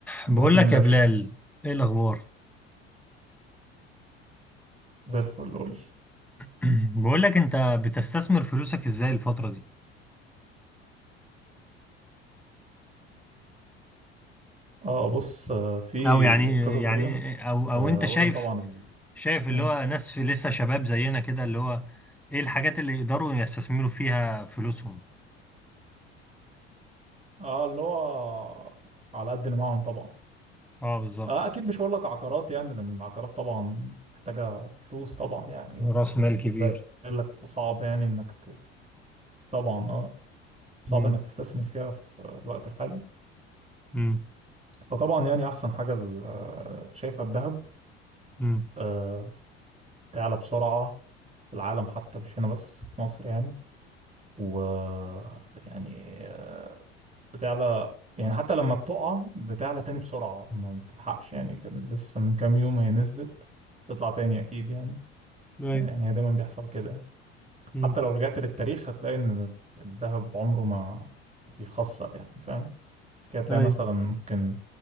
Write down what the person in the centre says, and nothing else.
بقول
لك
يا بلال ايه الاخبار
<clears throat> بقول لك انت بتستثمر فلوسك ازاي الفتره دي
او يعني
يعني او او
انت
شايف
شايف اللي
هو ناس في لسه شباب زينا كده اللي هو ايه الحاجات اللي يقدروا يستثمروا فيها فلوسهم
اه بالظبط
راس مال كبير
امم
امم
امم
ايوه
امم
ايوه